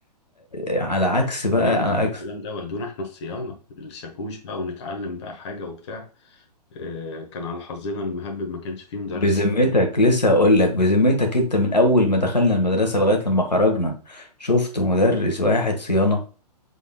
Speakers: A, on the left; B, on the left.
A: على عكس
B: احنا
A: بقى
B: مالناش
A: على
B: في
A: عكس
B: الكلام ده ودونا احنا الصيانة الشاكوش بقى ونتعلم بقى حاجة وبتاع آه كان على حظنا المهبب ما كانش فيه مدرس
A: بذمتك لسه هقول لك بذمتك انت من اول ما دخلنا المدرسه لغايه لما خرجنا شفت مدرس واحد صيانه